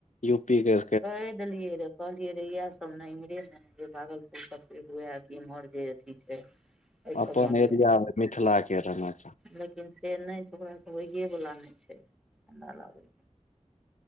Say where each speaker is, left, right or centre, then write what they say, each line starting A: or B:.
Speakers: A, on the left; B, in the centre.
A: यू पी के
B: कहि दलियएरौ कहलियै रे इह सब ने इम्हरे ने भागलपुर <unintelligible> हुए इम्हर जे अथी छै एहि
A: अपन
B: सबमे हुए
A: एरिया मिथिलाक के <unintelligible>
B: लेकिन फेर नै छै ओकरा त होइए वला नै छैइ हमरा लागल